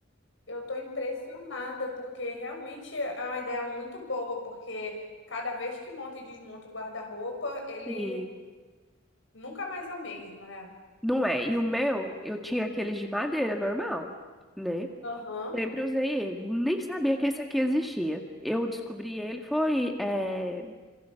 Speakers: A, on the left (about 65°); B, in the centre.
A: Eu estou impressionada, porque realmente é uma ideia muito boa, porque cada vez que monta e desmonta o guarda-roupa, ele
B: sim.
A: nunca mais é o mesmo, né?
B: Não é. E o meu, eu tinha aqueles de madeira normal, né?
A: Aham.
B: Sempre usei ele. Nem sabia que esse aqui existia. Eu descobri ele foi é,